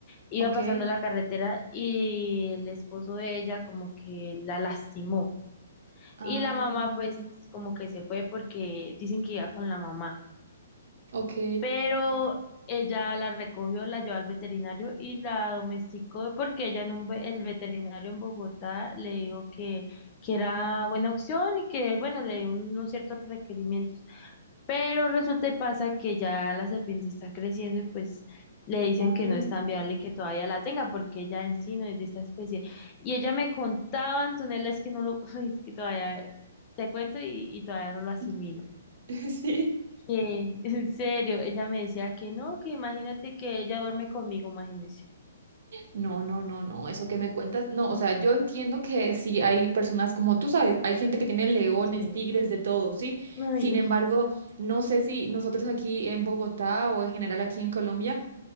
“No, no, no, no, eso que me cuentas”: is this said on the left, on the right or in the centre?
Right